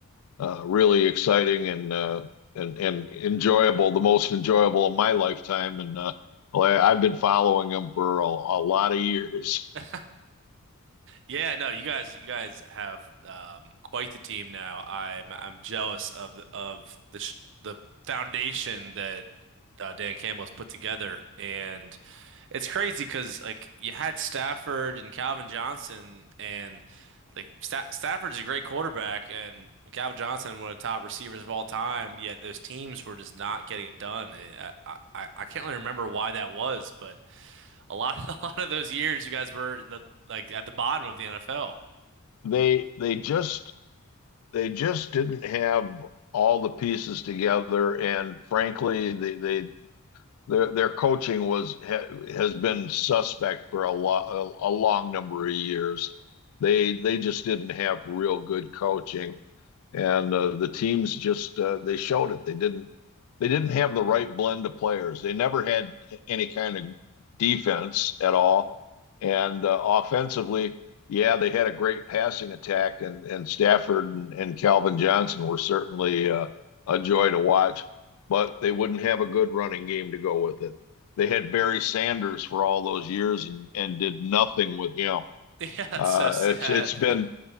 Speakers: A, on the left; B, on the right.
A: uh, really exciting and uh, and and enjoyable, the most enjoyable of my lifetime. And uh, well, I, I've been following them for a, a lot of years.
B: <laughs> Yeah, no, you guys, you guys have um, quite the team now. I'm I'm jealous of the of the sh the foundation that uh, Dan Campbell has put together, and it's crazy because like you had Stafford and Calvin Johnson, and like Sta Stafford's a great quarterback, and Calvin Johnson one of the top receivers of all time. Yet those teams were just not getting it done. I I, I can't really remember why that was, but a lot <laughs> of, a lot of those years you guys were the like at the bottom of the NFL.
A: They they just they just didn't have all the pieces together, and frankly, they they their their coaching was ha, has been suspect for a lot a, a long number of years. They they just didn't have real good coaching. and uh, the teams just uh, they showed it. They didn't they didn't have the right blend of players. They never had any kind of defense at all, and uh, offensively, yeah, they had a great passing attack, and and Stafford and, and Calvin Johnson were certainly uh, a joy to watch, but they wouldn't have a good running game to go with it. They had Barry Sanders for all those years and and did nothing with him.
B: <laughs> Yeah, that's
A: Uh,
B: so sad.
A: it's it's been
B: <laughs>